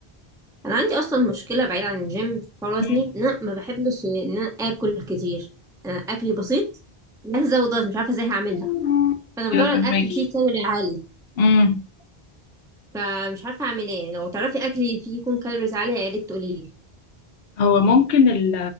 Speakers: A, in the centre; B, on the left (about 70°).
A: انا عندي اصلا مشكله بعيد عن الجيم في حوار وزني
B: امم
A: ان انا ما بحبش ان انا اكل كتير أنا اكلي بسيط بس ازود وزن مش عارفه ازاي هعملها
B: امم
A: فانا
B: ايوه
A: بدور على
B: فهماكي
A: الاكل فيه كالوري عالي
B: امم
A: فمش عارفه اعمل ايه لو تعرفي اكل فيه يكون كالوريز عاليه يا ريت تقولي لي.
B: هو ممكن ال-